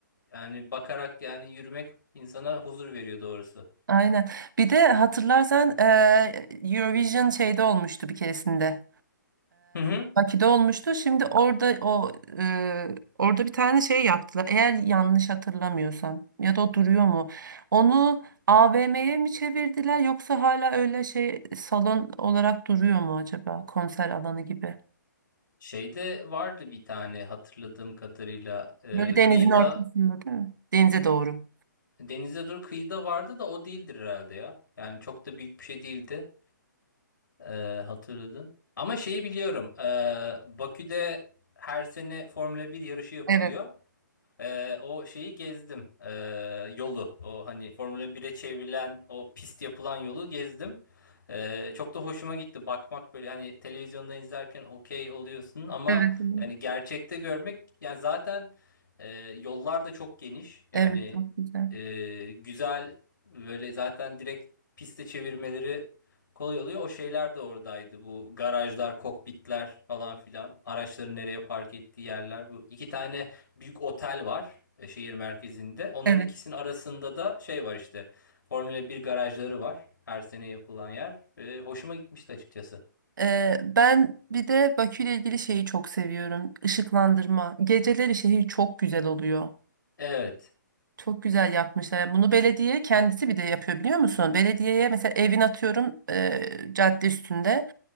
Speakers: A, on the left; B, on the right.
A: yani bakarak yani yürümek insana huzur veriyor doğrusu.
B: Aynen. Bir de hatırlarsan e, Eurovision şeyde olmuştu bir keresinde.
A: Hı hı.
B: Bakü'de olmuştu. Şimdi orada o e, orada bir tane şey yaptılar. Eğer yanlış hatırlamıyorsam ya da o duruyor mu? Onu AVM'ye mi çevirdiler yoksa hala öyle şey salon olarak duruyor mu acaba konser alanı gibi?
A: Şeyde vardı bir tane hatırladığım kadarıyla e,
B: Böyle denizin
A: kıyıda
B: ortasında değil mi? Denize doğru.
A: denize dur kıyıda vardı da o değildir herhalde ya. Yani çok da büyük bir şey değildi e, hatırladım. Ama şeyi biliyorum e, Bakü'de her sene Formula 1 yarışı yapılıyor.
B: Evet.
A: Ee, o şeyi gezdim. Ee, yolu. O hani Formula bire çevrilen o pist yapılan yolu gezdim. Ee, çok da hoşuma gitti. Bakmak böyle hani televizyonda izlerken okey oluyorsun ama
B: Evet. Evet,
A: yani gerçekte görmek yani zaten e, yollar da çok geniş. Yani
B: Evet, çok güzel.
A: e, güzel böyle zaten direkt piste çevirmeleri kolay oluyor. O şeyler de oradaydı. Bu garajlar, kokpitler falan filan. Araçların nereye park ettiği yerler. Bu iki tane büyük otel var e, şehir merkezinde. Onların
B: Evet.
A: ikisinin arasında da şey var işte. Formula 1 garajları var. Her sene yapılan yer. E, hoşuma gitmişti açıkçası.
B: Ee, ben bir de Bakü ile ilgili şeyi çok seviyorum. Işıklandırma. Geceleri şehir çok güzel oluyor.
A: Evet.
B: Çok güzel yapmışlar. Yani Bunu belediye kendisi bir de yapıyor biliyor musun? Belediyeye mesela evin atıyorum e, cadde üstünde